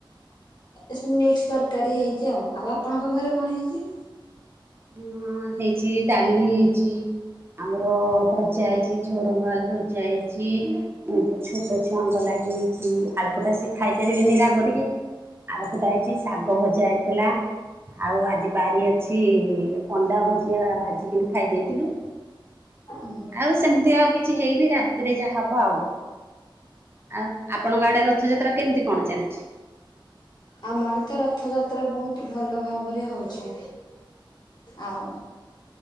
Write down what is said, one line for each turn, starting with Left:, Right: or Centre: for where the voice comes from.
Left: ଏସବୁ ମିକ୍ସ ତରକାରୀ ହେଇଚି ଆଉ ଆଉ ଆପଣଙ୍କ ଘରେ କଣ ହେଇଚି?
Right: ହ ହେଇଚି ଡାଲି ହେଇଚି। ଆମର ଭଜା ହେଇଚି ଝୁଡ଼ଙ୍ଗ ଆଳୁ ଭଜା ହେଇଚି। ଛୋଟ ଛୁଆଙ୍କ ଲାଗି ହୋଇଚି ଆଳପଟା ସେ ଖାଇପାରିବେନି ରାଗ ଟିକେ। ଆଳୁ ଖଟା ହେଇଚି ଶାଗ ଭଜା ହେଇଥିଲା। ଆଉ ଆଜି ବାରି ଅଛି ଅଣ୍ଡା ଭଜିଆ ଭାଜିିକିନି ଖାଇ ଦେଇଥିଲୁ।
Left: ହୁଁ।
Right: ଆଉ ସେମିତି ଆଉ କିଛି ହେଇନି ରାତିରେ ଯାହା ହବ ଆଉ। ଆଉ ଆପଣଙ୍କ ଆଡେ ର ଥଯାତ୍ରା କେମିତି କଣ ଚାଲିଚି।
Left: ଆମ ଆଡେ ତ ରଥଯାତ୍ରା ବହୁତ ଭଲ ଭାବରେ ହଉଚି। ଆଉ।